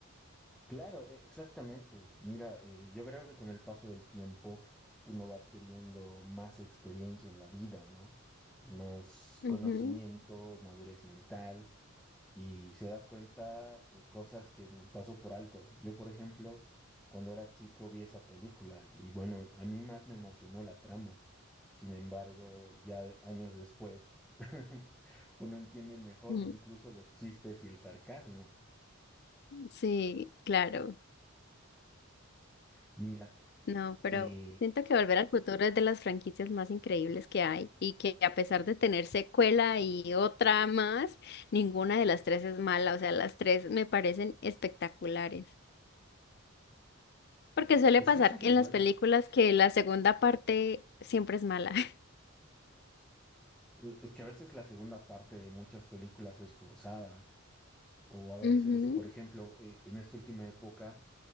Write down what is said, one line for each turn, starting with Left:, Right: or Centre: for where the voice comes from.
Centre: claro, eh, exactamente. Mira, eh, yo creo que con el paso del tiempo uno va adquiriendo más experiencia en la vida, ¿no? Y más
Left: Ujú.
Centre: conocimiento, madurez mental. y se da cuenta de cosas que pasó por alto. Yo, por ejemplo, cuando era chico vi esa película y bueno, a mí más me emocionó la trama. Sin embargo, ya años después, <laughs> uno entiende mejor
Left: Mm,
Centre: incluso los chistes y el sarcasmo.
Left: Sí, claro.
Centre: Mira,
Left: No, pero
Centre: eh,
Left: siento que Volver al Futuro es de las franquicias más increíbles que hay y que a pesar de tener secuela y otra más, ninguna de las tres es mala. O sea, las tres me parecen espectaculares. Porque suele
Centre: es
Left: pasar
Centre: que eso es
Left: en
Centre: lo bueno.
Left: las películas que la segunda parte siempre es mala. <laughs>
Centre: Eh, Es que a veces la segunda parte de muchas películas es forzada. O a veces,
Left: Ujú,
Centre: por ejemplo, eh, en esta última época